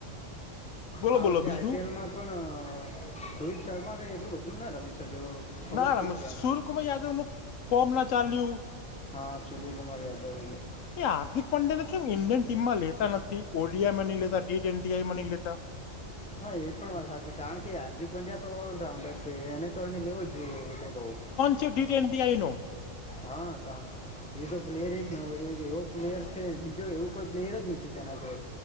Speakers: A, on the left; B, in the centre.
A: બોલો
B: આ
A: બોલો
B: વખતે
A: બીજું
B: આઈપીએલમાં પણ રોહિત શર્મા કઈ એટલું બધું ના રમી શક્યો. ખબર
A: ના નામ
B: નહીં કેમ
A: સૂર્યકુમાર યાદવનું ફોર્મ ના ચાલ્યું.
B: હા સૂર્યકુમાર યાદવ
A: એ હાર્દિક પંડ્યાને કેમ ઇન્ડિયન ટીમમાં લેતા નથી ઓડીઆઇમાં લેતા નથી ટી ટ્વેન્ટી આઈમાં નય લેતા.
B: હા એ પણ વાત સાચી કારણ કે હાર્દિક પંડ્યા તો ઓલરાઉન્ડર છે એને તો એને લેવો જ જોઈએ હું તો કઉું
A: કે ટી ટ્વેન્ટી આઈનો
B: હા. એ તો પ્લેયર એક ન એવો પ્લેયર છે બીજો એવું કોઈ પ્લેયર જ નથી તેના જો